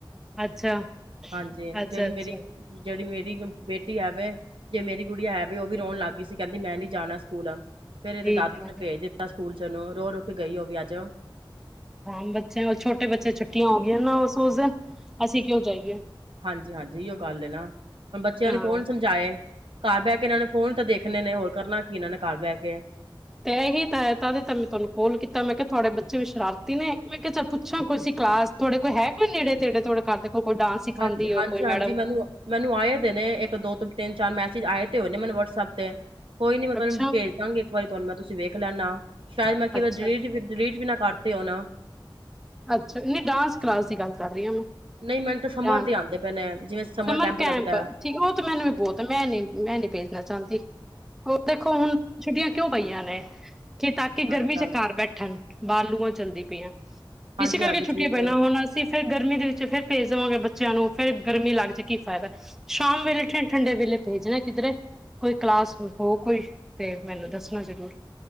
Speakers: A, in the centre; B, on the right.
A: ਅੱਛਾ,
B: ਹਾਂਜੀ
A: ਅੱਛਾ,
B: ਜਿਹੜੀ
A: ਅੱਛਾ।
B: ਮੇਰੀ ਜਿਹੜੀ ਮੇਰੀ ਬੇਟੀ ਐਵੇ ਜੇ ਮੇਰੀ ਗੜੀ ਐਵੇ ਉਹ ਵੀ ਰੋਣ ਲੱਗ ਗਈ ਸੀ ਕਹਿੰਦੀ ਮੈਂ ਨੀ ਜਾਣਾ ਸਕੂਲ ਫੇਰ ਇਹਦੇ
A: ਠੀਕ
B: ਦਾਦੂ
A: ਹੈ,
B: ਨੇ ਭੇਜ ਦਿੱਤਾ ਸਕੂਲ ਚਣੋ ਰੋ ਰੋ ਕੇ ਗਈ ਉਹ ਵੀ ਅੱਜ
A: ਹਾਂ, ਬੱਚੇ ਛੋਟੇ ਬੱਚੇ ਛੁੱਟੀਆਂ ਹੋ ਗਈਆਂ ਨਾ ਉਸ ਉਸ ਦਿਨ ਅਸੀਂ ਕਿਉਂ ਜਾਈਏ।
B: ਹਾਂਜੀ- ਹਾਂਜੀ ਉਹ ਗੱਲ ਨਾ ਹੁਣ ਬੱਚਿਆਂ
A: ਹਾਂ
B: ਨੂੰ ਕੌਣ ਸਮਝਾਏ ਘਰ ਬਹਿ ਕੇ ਇਹਨਾਂ ਨੇ ਫੋਨ ਤਾਂ ਦੇਖਣੇੇ ਨੇ ਹੋਰ ਕਰਨਾ ਕੀ ਇਹਨਾਂ ਨੇ ਘਰ ਬਹਿ ਕੇ
A: ਤਾਂਹੀ ਤਾਂ ਤ ਮੈਂ ਤੁਹਾਨੂੰ ਕਲ ਕੋਲ ਕੀਤਾ ਮੈਂ ਕਿਹਾ ਤੁਹਾਡੇ ਬੱਚੇ ਵੀ ਸ਼ਰਾਰਤੀ ਨੇ ਮੈਂ ਕਿਹਾ ਚਲ ਪੁੱਛਾਂ ਕੋਈ ਸੀ ਕਲਾਸ ਤੁਹਾਡੇ ਕੋਲ ਹੈ ਕੋਈ ਨੇੜੇ ਤੇੜੇ ਤੁਹਾਡੇ ਘਰ ਦੇ ਕੋਲ ਕੋਈ ਡਾਂਸ ਸਿਖਾਉਂਦੀ
B: ਹਾਂਜੀ-
A: ਹੋ
B: ਹਾਂਜੀ,
A: ਕੋਈ
B: ਹਾਂਜੀ
A: ਮੈਡਮ
B: ਮੈਨੂੰ ਮੈਨੂੰ ਆਏ ਦਿ ਨੇ ਇੱਕ ਦੋ ਤ ਤਿੰਨ ਚਾਰ ਮੈਸਜ ਚ ਆਏ ਤੇ ਹੋਣੇ ਮੈਨ ਵਟਸਐਪ ਤੇ ਕੋਈ ਨੀ ਮੈਂ ਤੁਹਾਨੂੰ
A: ਅੱਛਾ
B: ਭੇਜਦਾਂਗੀ ਇੱਕ ਵਾਰੀ ਤੁਹਾਨੂੰ ਮੈਂ ਤੁਸੀਂ ਵੇਖ ਲੈਦਾ ਸ਼ਾਇਦ ਮੈਂ ਕੀ
A: ਅੱਛਾ
B: ਡਿ ਡਿਲੀਟ ਵੀ ਨਾ ਕਰਤੇ ਓ ਨਾ
A: ਅੱਛਾ ਨਹੀਂ ਡਾਂਸ ਕਲਾਸ ਦੀ ਗੱਲ ਕਰ ਰਹੀ ਹਾਂ ਮੈਂ
B: ਨਹੀਂ ਮੈਨੂੰ ਤਾਂ ਸਮਰ
A: ਡਾਂਸ
B: ਦੇ ਆਂਦੇ ਪਏ ਨੇ ਜਿਵੇਂ
A: ਸਮਰ ਕੈਂਪ
B: ਲੱਗਦਾ
A: ਠੀਕ ਉਹ ਤੇ ਮੈਨੂੰ ਵੀ ਬਹੁਤ ਮੈਂ ਨੀ ਮੈਂ ਨੀ ਭੇਜਣਾ ਚਾਹੁੰਦੀ ਉਹ ਦੇਖੋ ਹੁਣ ਛੁੱਟੀਆਂ ਕਿਉਂ ਪਈਆਂ ਨੇ ਕਿ ਤਾਂ
B: ਅੱਛਾ-ਅੱਛਾ
A: ਕਿ ਗਰਮੀ ਚ ਘਰ ਬੈਠਣ ਬਾ ਲੂਆਂ ਚੱਲਦੀ ਪਈਆਂ।
B: ਹਾਂਜੀ-ਹਾਂਜੀ
A: ਇਸ ਕਰਕੇ ਛੁੱਟੀਆਂ
B: ਠੀਕ
A: ਪੈਣਾ
B: ਹੈ।
A: ਹੁਣ ਅਸੀਂ ਫਿਰ ਗਰਮੀ ਦੇ ਵਿੱਚ ਫੇਰ ਭੇਜ ਦੇਵਾਂਗੇ ਬੱਚਿਆਂ ਨੂੰ ਫੇਰ ਗਰਮੀ ਲੱਗ ਜਾ ਕੀ ਫਾਇਦਾ ਸ਼ਾਮ ਵੇਲੇ ਠੰਡੇ ਵੇਲੇ ਭੇਜਣਾ ਕਿੱਧਰੇ ਕੋਈ ਕਲਾਸ ਹੋ ਕੋਈ ਤੇ ਮੈਨੂੰ ਦੱਸਣਾ ਜ਼ਰੂੂਰ